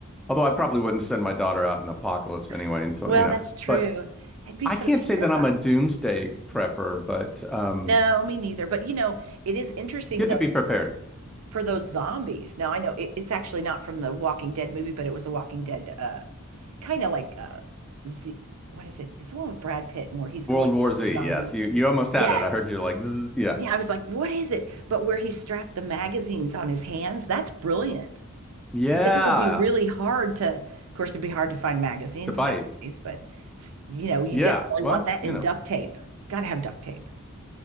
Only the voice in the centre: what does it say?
Although I probably wouldn't send my daughter out in the apocalypse anyway
until,
you know.
But
I
can't
say that I'm a doomsday prepper, but um,
good
to be prepared.
World
War
Z,
yes. You you almost
had it. I heard you like, Zzz, yeah.
Yeah,
to bite.
Yeah.
Well,
you
know.